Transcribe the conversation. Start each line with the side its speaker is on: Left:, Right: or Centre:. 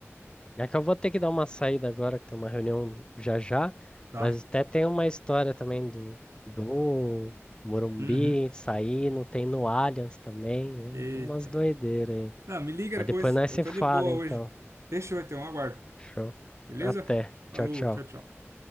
Left: É que eu vou ter que dar uma saída agora, que tem uma reunião já já,
Right: tá?
Left: mas até tem uma história também do, do Morumbi
Right: Uhum.
Left: saindo, tem no Allianz também,
Right: Eita.
Left: é umas doideiras aí.
Right: Não, me liga
Left: Mas
Right: depois.
Left: depois nós
Right: Eu
Left: se
Right: tô
Left: fala,
Right: de boa
Left: então.
Right: hoje. Deixa eu ter um aguardo.
Left: Show.
Right: Beleza?
Left: Até.
Right: Falou,
Left: Tchau, tchau.
Right: tchau, tchau.